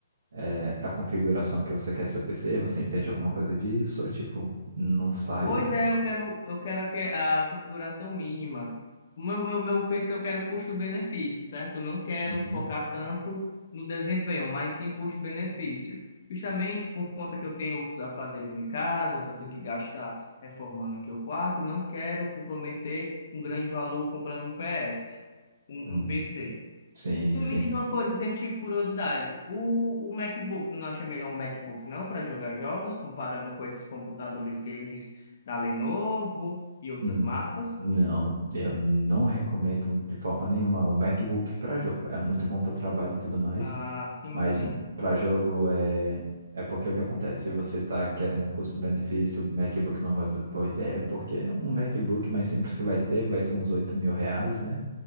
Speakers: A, on the right (about 75°); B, on the left (about 60°).
A: é, da configuração que você quer seu PC? Você entende alguma coisa disso? Ou, tipo, não sabe,
B: Pois
A: assim?
B: é, eu quero, eu quero a, que- a configuração mínima. O Meu, meu, meu PC eu quero custo-benefício, certo? Eu não quero
A: Uhum.
B: focar tanto no desempenho, mas sim custo-benefício. Justamente por conta que eu tenho outros afazeres em casa, vou ter que gastar reformando aqui o quarto e não quero comprometer um grande valor comprando um PS, um,
A: Hum,
B: um PC.
A: Sim,
B: Tu
A: sim.
B: me diz uma coisa, eu sempre tive curiosidade. O, o MacBook, tu não acha melhor um MacBook não para jogar jogos, comparando com esses computadores games da Lenovo e outras
A: Hum.
B: marcas?
A: Não, eu não recomendo de forma nenhuma um MacBook para jogo. É muito bom para trabalho e tudo mais,
B: Ah, sim,
A: Mas
B: sim.
A: para jogo é, é porque é o que acontece? Se você está querendo custo-benefício, o MacBook não é uma do- boa ideia, porque um MacBook mais simples que vai ter vai ser uns 8 mil reais, né?